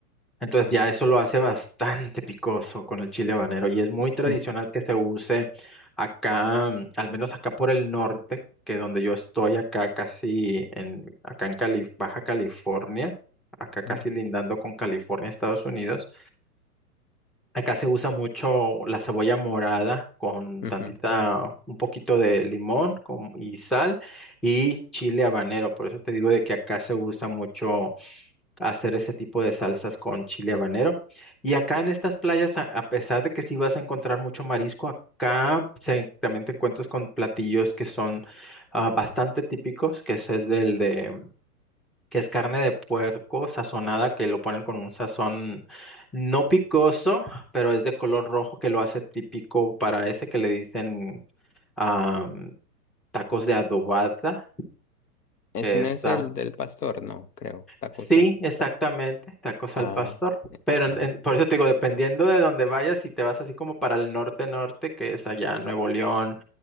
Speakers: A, in the centre; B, on the left.
A: Entonces
B: vale.
A: ya eso lo hace bastante picoso con el chile habanero y es muy
B: <laughs>
A: tradicional que se use acá, mm, al menos acá por el norte, que donde yo estoy acá casi en acá en Cali- Baja California, acá casi
B: Ujú,
A: lindando con California, Estados Unidos. Acá se usa mucho la cebolla morada con
B: ujú.
A: tantita, un poquito de limón con- y sal y chile habanero. Por eso te digo de que acá se usa mucho hacer ese tipo de salsas con chile habanero. Y acá en estas playas, a, a pesar de que sí vas a encontrar mucho marisco, acá se- también te encuentras con platillos que son ah, bastante típicos, que ese es del de que es carne de puerco sazonada, que lo ponen con un sazón no picoso, pero es de color rojo que lo hace típico para ese que le dicen am, tacos de adobada,
B: Ese
A: que
B: no
A: está.
B: es el del pastor, no, creo. Tacos
A: Sí,
B: al pastor.
A: exactamente, tacos
B: Ah,
A: al pastor.
B: ok.
A: Pero en-
B: Ajá.
A: en- por eso te digo, dependiendo de dónde vayas, si te vas así como para el norte-norte, que es allá Nuevo León,